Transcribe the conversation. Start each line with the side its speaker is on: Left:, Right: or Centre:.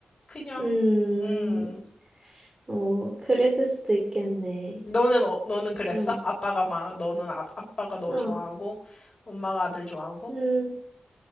Left: 그냥,
Right: 음,
Left: 음.
Right: 어, 그랬을 수도 있겠네.
Left: 너는, 어, 너는 그랬어?
Right: 응,
Left: 아빠가 막, 너는 아, 아빠가 너
Right: 어,
Left: 좋아하고, 엄마가 아들 좋아하고?
Right: 음,